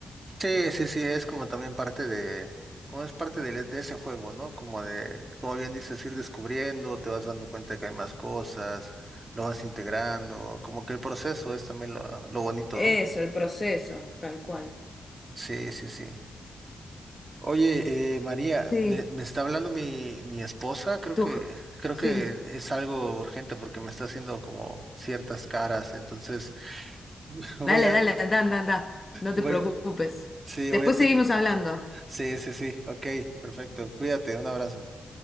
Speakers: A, on the right (about 35°); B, on the left (about 25°).
A: Sí, sí, sí, es como también parte de, como es parte del- de, ese juego, ¿no? Como de, como bien dices, ir descubriendo, te vas dando cuenta de que hay más cosas, lo vas integrando, como que el proceso es también lo, lo bonito,
B: Eso,
A: ¿no?
B: el proceso, tal cual.
A: Sí, sí, sí. Oye, eh, María,
B: Sí,
A: me, me está hablando mi, mi esposa, creo
B: tú,
A: que, creo
B: sí.
A: que es algo urgente porque me está haciendo como ciertas caras, entonces <laughs> voy
B: Dale,
A: a,
B: dale, anda, anda, anda. No
A: voy
B: te preocupes.
A: a, sí,
B: Después
A: voy a, te-
B: seguimos hablando.
A: sí, sí, sí, ok, perfecto, cuídate, un abrazo.